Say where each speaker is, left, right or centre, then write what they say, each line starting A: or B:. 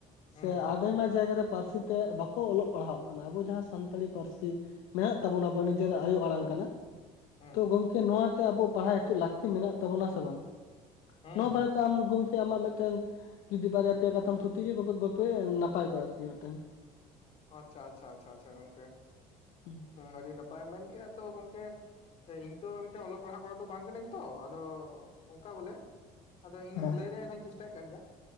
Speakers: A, on the left; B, on the left.
A: ᱦᱩᱸ
B: ᱥᱮ
A: ᱦᱩᱸ
B: ᱟᱵᱮᱱᱟ ᱡᱟᱭᱜᱟ ᱨᱮ ᱯᱟᱹᱨᱥᱤ ᱛᱮ ᱵᱟᱠᱚ ᱚᱞᱚᱜᱼᱼ ᱯᱟᱲᱦᱟᱜ ᱠᱟᱱᱟ ᱟᱵᱚ ᱡᱟᱦᱟᱸ ᱥᱟᱱᱛᱟᱲᱤ ᱯᱟᱹᱨᱥᱤ ᱢᱮᱱᱟᱜ ᱛᱟᱵᱚᱱᱟ ᱟᱵᱚᱣᱟᱜ ᱱᱤᱡᱮᱨᱟᱜ ᱟᱭᱳ ᱟᱲᱟᱝ ᱠᱟᱱᱟ ᱾
A: ᱦᱩᱸ
B: ᱛᱚ ᱜᱚᱢᱠᱮ ᱱᱚᱣᱟᱛᱮ ᱟᱵᱚᱟᱜ ᱯᱟᱲᱦᱟᱜ ᱱᱤᱛᱚᱜ ᱞᱟᱹᱠᱛᱤ ᱢᱮᱱᱟᱜ ᱛᱟᱵᱚᱱᱟ ᱥᱮ ᱵᱟᱝ?
A: ᱦᱩᱸ
B: ᱱᱚᱣᱟ
A: ᱦᱩᱸ
B: ᱵᱟᱨᱮ ᱛᱮ ᱟᱢ ᱜᱚᱝᱠᱮᱼᱼ ᱟᱢᱟᱜ ᱢᱤᱫᱴᱮᱱ ᱡᱩᱫᱤ ᱵᱟᱨᱭᱟ ᱯᱮᱭᱟ ᱠᱟᱛᱷᱟᱢ ᱛᱷᱩᱛᱤᱭᱟ ᱜᱚᱞᱯᱚᱭ ᱱᱟᱯᱟᱭ ᱠᱚᱜᱼᱟ ᱟᱨᱠᱤ ᱢᱤᱫᱴᱮᱱᱼᱼ
A: ᱟᱪᱪᱷᱟ ᱟᱪᱪᱷᱟ ᱟᱪᱪᱷᱟ ᱟᱪᱪᱷᱟ ᱜᱚᱝᱠᱮ ᱾
B: <unintelligible> ᱦᱩᱸ ᱾
A: ᱟᱹᱰᱤ ᱱᱟᱯᱟᱭᱮᱢ ᱢᱮᱱ ᱠᱮᱜᱼᱟ ᱛᱚ ᱜᱚᱝᱠᱮ᱾ ᱤᱧ ᱛᱚ ᱢᱤᱫᱴᱟᱝ ᱚᱞᱚᱜ ᱯᱟᱲᱦᱟᱜ ᱠᱚᱲᱟ ᱫᱚ ᱵᱟᱝ ᱠᱟᱹᱱᱟᱹᱧ ᱛᱚ ᱟᱫᱚ ᱚᱱᱠᱟ ᱵᱚᱞᱮᱼᱼ ᱟᱫᱚ ᱤᱧ
B: ᱦᱮᱸ
A: ᱞᱟᱹᱭ ᱨᱮᱭᱟᱜ ᱦᱚᱧ ᱪᱮᱥᱴᱟᱭᱮᱫ ᱠᱟᱱ ᱜᱮᱭᱟ ᱾